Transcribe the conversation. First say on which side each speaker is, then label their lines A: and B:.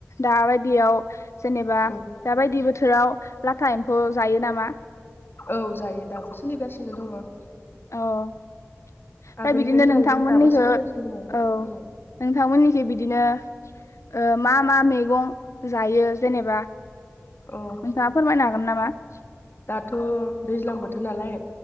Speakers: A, on the left; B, on the left.
A: दाबायदियाव जेनेबा
B: उम
A: दाबायदि बोथोराव लाथा फैज जायो नामा?
B: औ जायो दाबो सोलिगासिनो दङ।
A: औ ओमफ्राय
B: आगोलनिफ्रायनो
A: बिदिनो नोंथांमोननिखौ
B: जायोमोन दाबो सोलिगासिनो
A: औ
B: दङ उम
A: नोंथांमोननिथिं बिदिनो ओ मा मा मैगं जायो जेनेबा
B: अ
A: नोंथांङा फोरमायनो हागोन नामा? औ
B: दाथ' दैज्लां बोथोर नालाय